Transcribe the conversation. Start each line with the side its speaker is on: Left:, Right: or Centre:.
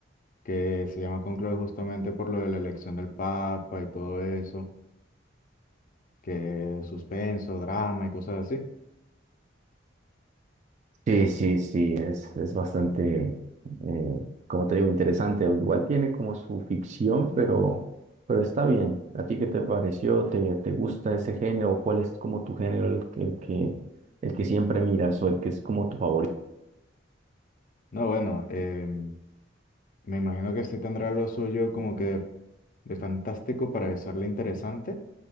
Left: que se llama Conclave justamente por lo de la elección del Papa y todo eso, que suspenso, drama y cosas así.
Right: Sí, sí, sí, es, es bastante, eh, como te digo, interesante. Igual tiene como su ficción, pero, pero está bien. ¿A ti qué te pareció? ¿Te, te gusta ese género? ¿Cuál es como tu género, el que, el que, el que siempre miras o el que es como tu favorito?
Left: No, bueno, em, me imagino que sí tendrá lo suyo como que de fantástico para hacerle interesante,